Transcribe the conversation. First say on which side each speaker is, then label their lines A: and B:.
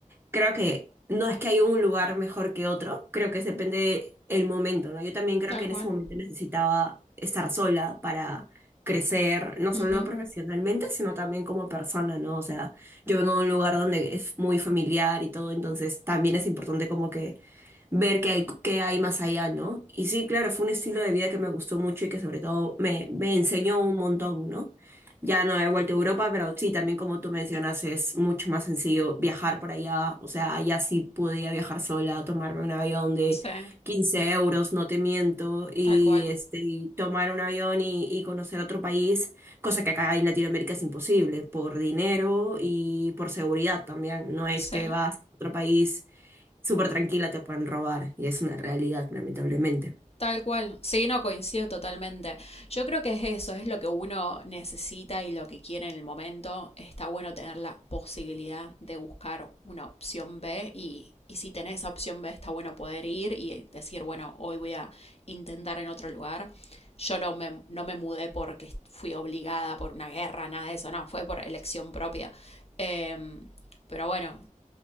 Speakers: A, on the right; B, on the left.
A: Creo que no es que haya un lugar mejor que otro, creo que depende el momento, ¿no? Yo también creo
B: tal
A: que en
B: cual.
A: ese momento necesitaba estar sola para crecer, no solo
B: Ujú,
A: profesionalmente, sino también como persona, ¿no? O sea, yo vengo de un lugar donde es muy familiar y todo, entonces también es importante como que ver qué hay, qué hay más allá, ¿no? Y sí, claro, fue un estilo de vida que me gustó mucho y que sobre todo me, me enseñó un montón, ¿no? Ya no he vuelto a Europa, pero sí, también como tú mencionas, es mucho más sencillo viajar por allá. O sea, allá sí podía viajar sola, tomarme un avión de
B: Sí,
A: 15 euros, no te miento, y
B: tal cual.
A: este, y tomar un avión y, y conocer otro país, cosa que acá en Latinoamérica es imposible, por dinero y por seguridad también. No es
B: Sí,
A: que vas a otro país súper tranquila te pueden robar y es una realidad, lamentablemente.
B: tal cual. Sí, no coincido totalmente. Yo creo que es eso, es lo que uno necesita y lo que quiere en el momento. Está bueno tener la posibilidad de buscar una opción B y, y si tenés esa opción B está bueno poder ir y decir, bueno, hoy voy a intentar en otro lugar. Yo no me, no me mudé porque fui obligada por una guerra, nada de eso, no, fue por elección propia. Em, pero bueno,